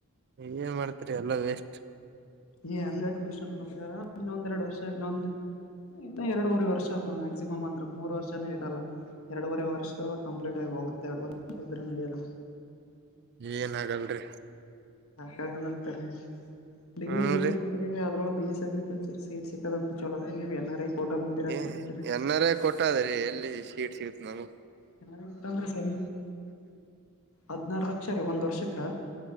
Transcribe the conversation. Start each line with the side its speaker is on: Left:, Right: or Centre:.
Right: ಏನ್ ಮಾಡ್ತರಿ ಎಲ್ಲಾ ವೇಸ್ಟ್
Left: ಏ ಹೆಂಗ ಅನ್ಕೊಂಡ್ರಾರ ಇನ್ನೊಂದ್ೆರಡ್ ವರ್ಷ ಇನ್ನೊಂದ ಇ ಎರಡೂವರೆ ವರ್ಷ ಮ್ಯಾಕ್ಸಿಮಮ್ ಅಂದ್ರೆ ಮೂರು ವರ್ಷನ ಇರಲ್ಲ ಎರಡೂವರೆ ವರ್ಷ ಕಂಪ್ಲೀಟ್ ಆಗಿ ಹೋಗುತ್ತೆ ಎರಡವರೆ ನಿಮಿಷ ಇದ್ರೆ ನಡೆಯೋಲ್ಲ
Right: ಏನ ಆಗಲ್ರಿ
Left: ಯಾಾಗಲ್ಲಂತರಿೀ ಡಿಗ್ರಿ
Right: ಹ್ಮ್
Left: ಬೇಕೆ
Right: ರೀ
Left: ಬೇಕ್ರೀ ಅದ್ರ ಬಿೇಎಸ್ ಅಗ್ರಿಕಲ್ಚರ್ ಸೇಟ್ಸ್ ಸಿ ಚ್ಹೋಲೋ ರಿ ಎನ ಆರ್ ಐ ಕೋಟ ಬಂದಿರ ಅಂತ
Right: ಏ
Left: ಹೇಳ್ತೀರಿ
Right: ಎನ್ನಾರ ಕೊಟ್ಟ ಅದ್ರೀ ಎಲ್ಲಿ ಶೀಡ್ ಸಿಗತ್ ನಮಗೆ
Left: ಚೆನ್ನಾಗಡ ಅಂದ್ರೆ ಸ ಹದ್ನಾರು ಲಕ್ಷ ರೀ ಒಂದ್ ವರ್ಷಕ್ಕ